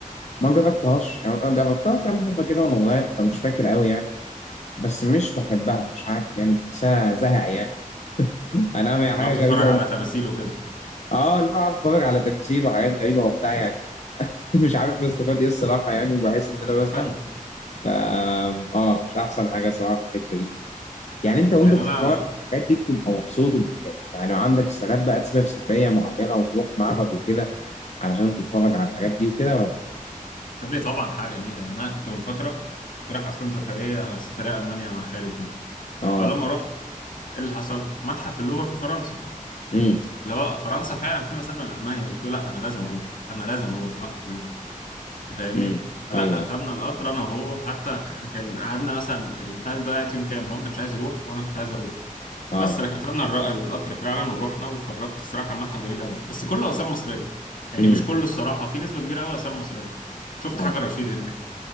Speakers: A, on the left (about 55°); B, on the left (about 70°).
A: ما جربتهاش يعني أنا جربتها كام مره كده وانا صغير فمش فاكر قوي يعني بس مش بحبها مش عارف يعني بحسها زهق يعني انا يعني
B: اللي
A: حاجه
B: هو بتتفرج
A: غريبه و...
B: على تماثيل وكده
A: اه اللي هو قاعد اتفرج على تماثيل وحاجات غريبه وبتاع يعني <laughs> مش عارف بستفاد ايه الصراحه يعني وبحس ان انا بزهق
B: ده فن
A: ف اه مش احسن حاجه صراحه في الحته دي يعني انت وانت
B: يعني
A: بتتفرج
B: انا
A: الحاجات دي بتبقى مبسوط وبتحب يعني وعندك ساعات بقى تسافر سفريه معينه وتروح معبد وكده علشان تتفرج على الحاجات دي وكده ولا
B: يا ابني طبعا حاجة جميلة يعني انا كنت من فترة كنت رايح اصلا سفرية سفرية المانيا مع خالي وكده
A: اه
B: فلما رحت ايه اللي حصل متحف اللوفر في فرنسا
A: امم
B: اللي هو فرنسا فعلا في مسافه من المانيا قلت له لا انا لازم اروح انا لازم اروح متحف اللوفر انت فاهمني
A: امم
B: فلا
A: ايوه
B: اخدنا القطر انا وهو حتى <laughs> كان قعدنا مثلا البتاع دي ضيعت يوم كامل هو ما كانش عايز يروح وانا كنت عايز اروح
A: اه
B: بس لكن خدنا الر- القطر فعلا ورحنا واتفرجت الصراحه كان متحف جميل قوي بس كله اثار مصريه يعني
A: امم
B: مش كله الصراحه في نسبه كبيره قوي اثار مصريه شفت
A: اه
B: حجر رشيد هناك